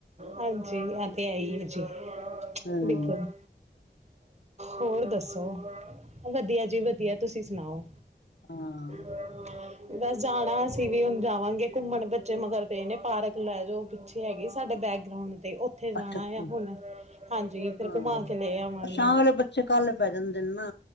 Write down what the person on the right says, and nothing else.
ਹਾਂਜੀ, ਇਹ ਤੇ ਹੈ ਹੀ ਜੀ,
ਬਿਲਕੁਲ। ਹੋਰ ਦੱਸੋ, ਵਧੀਆ ਜੀ ਵਧੀਆ ਤੁਸੀਂ ਸੁਣਾਓ।
ਆਲਾਗ <inaudible> ਬਸ ਜਾਣਾ ਅਸੀਂ ਵੀ ਹੁਣ ਜਾਵਾਂਗੇ ਘੁੰਮਣ, ਬੱਚੇ ਮਗਰ ਪਏ ਨੇ ਪਾਰਕ ਲੈ ਜਾਓ ਪਿੱਛੇ ਹੈਗੀ? ਸਾਡੇ ਬੈਕਗ੍ਰਾਊਂਡ ਤੇ, ਉੱਥੇ ਜਾਣਾ
ਆ ਹੁਣ? ਹਾਂਜੀ ਫਿਰ
ਘੁਮਾ ਕੇ ਲੈ ਆਵਾਂਗੇ